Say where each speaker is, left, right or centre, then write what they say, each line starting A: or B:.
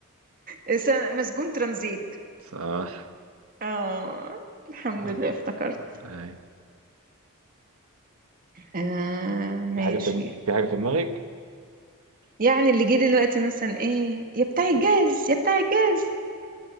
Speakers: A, on the right (about 40°); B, on the right (about 70°).
A: اس- مسجون ترانزيت
B: صح
A: اه الحمد
B: آه.
A: لله افتكرت
B: أي.
A: آه ماشي
B: في حاجة في في حاجة في دماغك؟
A: يعني اللي جه دلوقتي مثلا ايه يا بتاع الجاز
B: <laughs>
A: يا بتاع الجاز